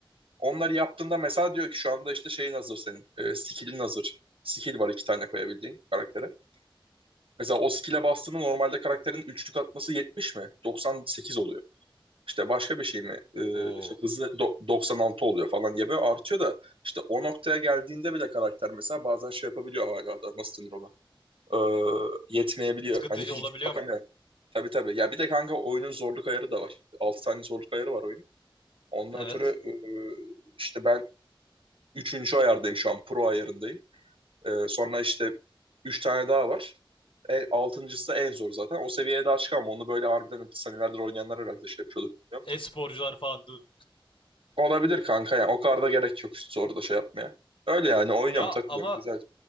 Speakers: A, on the right; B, on the left.
A: Onları yaptığında mesela diyor ki şu anda işte şeyin hazır senin. E, skill'in hazır. Skill var iki tane koyabildiğin karaktere. Mesela o skill'e bastığında normalde karakterin üçlük atması 70 mi? 98 oluyor. İşte başka bir şey mi? Ee,
B: Oo.
A: işte hızı do- 96 oluyor falan diye böyle artıyor da işte o noktaya geldiğinde bile karakter mesela bazen şey yapabiliyor hala da nasıl denir ona? Ee, yetmeyebiliyor.
B: Sıkıntıcı
A: Hani <laughs> bildiğin
B: olabiliyor
A: bakan
B: mu?
A: yani. Tabii tabii. Ya bir de kanka oyunun zorluk ayarı da var. 6 tane zorluk ayarı var oyun. Ondan
B: Evet.
A: ötürü e, işte ben üçüncü ayardayım şu an. Pro ayarındayım. Ee, sonra işte 3 tane daha var. E, altıncısı da en zor zaten. O seviyeye daha çıkamam. Onu böyle harbiden senelerdir oynayanlar herhalde şey yapıyordur bilmiyorum
B: E-sporcular falan değil mi?
A: Olabilir kanka ya. O kadar da gerek yok üst soruda şey yapmaya. Öyle yani oynuyorum
B: Ya
A: takılıyorum
B: ama
A: güzel.